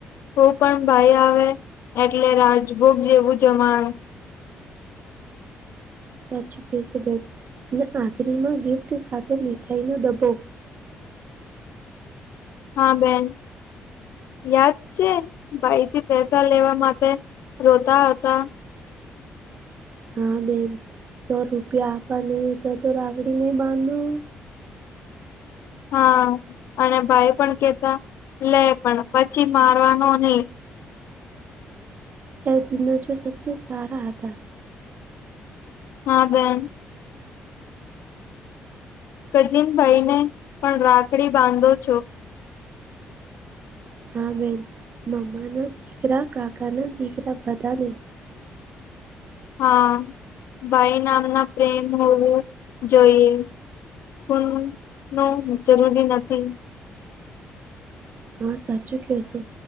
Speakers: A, on the left; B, on the right.
A: તો પણ ભાઈ આવે એટલે રાજભોગ જેવું જમાણ.
B: સાચું કેસે બેન અને આખરીમાં ગિફ્ટ સાથે મીઠાઈનો ડબ્બો.
A: હા બેન. યાદ છે ભાઈથી પૈસા લેવા માટે રોતા હતા.
B: હા બેન સો રૂપિયા આપવા નહીં હતા તો રાખડી નય બાંઘુ
A: હા અને ભાઈ પણ કેતા લે પણ પછી મારવાનો નય
B: એ દિવસો સબસે સારા હતા.
A: હા બેન. ક્ઝીન ભાઈ ને પણ રાખડી બાંધો છો.
B: હા બેન મામાના દીકરા, કાકાના દીકરા બધા ને
A: હા ભાઈ નામના પ્રેમ હોવું જોઈએ. ખૂન નો જરૂરી નથી
B: હા સાચું કેવ સો